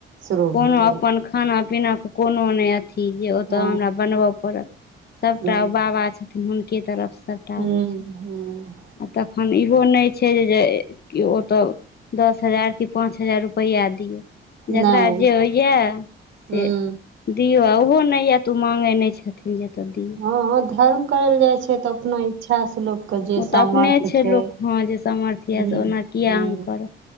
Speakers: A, on the right; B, on the left.
A: शुरू
B: कोनो
A: भऽ जाइ
B: अपन खाना पीना के कोनो ने अथी इ जे ओतऽ
A: हँ
B: हमरा बनबय पड़त सबटा
A: हूँ
B: ओ बाबा छथिन हुनके तरफ स सभटा होइ
A: हूँ
B: छै
A: हूँ
B: आ तखन इहो नहि छै जे जे ओ तऽ दस हजार कि पाँच हजार रुपैआ दियौ जकरा
A: नहि
B: जे होइए
A: हूँ
B: से दियऔ ओहो नहि यत ओ मांगे नहि छथिन जे दिय
A: हँ धर्म करै लए जाइ छै तऽ अपना इच्छास से लोकके जे
B: ओ तऽ
A: सामर्थ्य
B: अपने
A: छै
B: लोक हँ जे सामर्थ्य यऽ
A: हूँ
B: से ओना किया
A: हूँ
B: हम करब